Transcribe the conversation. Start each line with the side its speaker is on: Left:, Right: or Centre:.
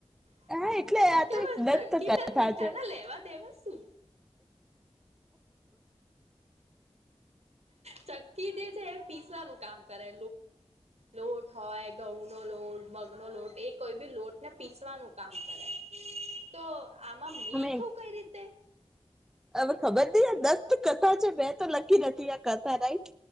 Right: <unintelligible>
Centre: હા એટલે આ
Right: કેવા
Centre: તો એક દંત
Right: ચક્કી
Centre: કથા
Right: ના મીઠા
Centre: છે
Right: ના લેવા દેવા શું. ચક્કી જે છે એ પીસવાનું કામ કરે લોટ હોય ઘઉં નો લોટ મગનોો લોટ એ કોઈ બી લોટને પીસવાનું કામ કરે તો. આમાં મીઠું
Centre: અમે
Right: કઈ રીતે
Centre: હવે ખબર નથી લખદસ કથા છે મેં તો લખી નથી આ કરતા રાઈટ